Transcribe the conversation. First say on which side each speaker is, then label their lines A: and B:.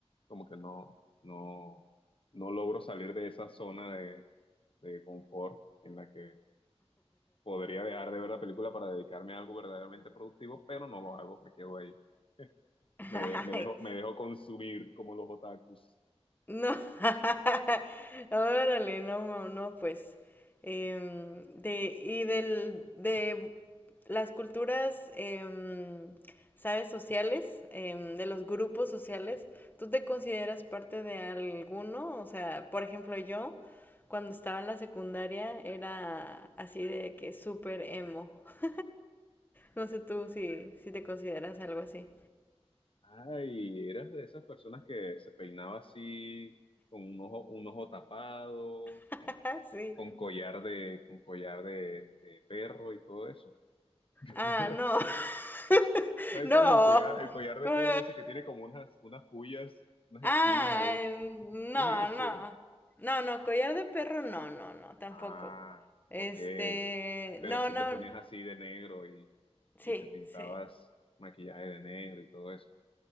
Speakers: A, on the left; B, on the left.
A: como que no, no, no logro salir de esa zona de, de confort en la que podría dejar de ver la película para dedicarme a algo verdaderamente productivo, pero no lo hago, me quedo ahí. <laughs>
B: <laughs>
A: Me, me dejo, me dejo consumir como los otakus.
B: No, <laughs> órale, no, ma- no, pues, em, de, y del, de las culturas, em, sabes, sociales, em, de los grupos sociales, ¿tú te consideras parte de alguno? O sea, por ejemplo, yo, cuando estaba en la secundaria, era así de que súper emo. <laughs> No sé tú si, si te consideras algo así.
A: Ay, eras de esas personas que se peinaba así, con un ojo, un ojo tapado,
B: <laughs>
A: con,
B: Sí.
A: con collar de, con collar de, de perro y todo eso. <laughs>
B: Ah, no, <laughs>
A: ¿Sabes
B: no.
A: cuál es el collar, el collar de
B: ¿Cómo?
A: perro ese que tiene como unas, unas pullas, unas
B: Ah,
A: espinas ahí?
B: em,
A: ¿Qué
B: no,
A: es eso?
B: no. No, no, collar de perro, no, no, no, tampoco.
A: Ah,
B: Este,
A: ok. Pero
B: no,
A: si
B: no,
A: te ponías así de negro y,
B: sí,
A: y te pintabas
B: sí.
A: maquillaje de negro y todo eso.